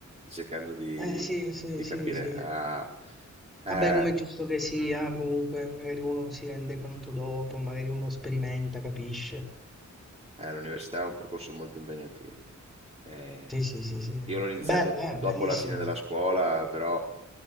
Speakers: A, on the right; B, in the centre.
A: cercando di,
B: Eh sì, sì,
A: di
B: sì,
A: capire.
B: sì.
A: Ah, eh,
B: Vabbè, come è giusto che sia, comunque magari uno si rende conto dopo, magari uno sperimenta, capisce.
A: eh, l'università è un percorso molto impegnativo. Eh,
B: Sì, sì, sì, sì.
A: io l'ho iniziato
B: Bello,
A: dopo
B: eh, bellissimo.
A: la fine della scuola, però